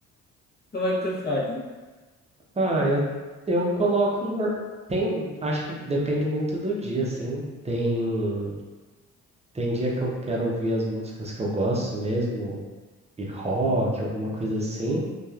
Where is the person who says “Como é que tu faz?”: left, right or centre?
Left